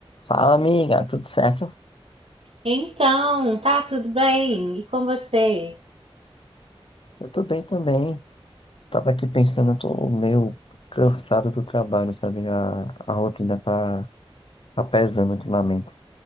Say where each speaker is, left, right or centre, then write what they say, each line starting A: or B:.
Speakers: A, on the left (about 60°); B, on the right (about 75°).
A: Fala, amiga, tudo certo?
B: Então, tá tudo bem? E com você?
A: Eu tô bem também. Tava aqui pensando, eu tô meio cansado do trabalho, sabe? A, a rotina tá, tá pesando ultimamente.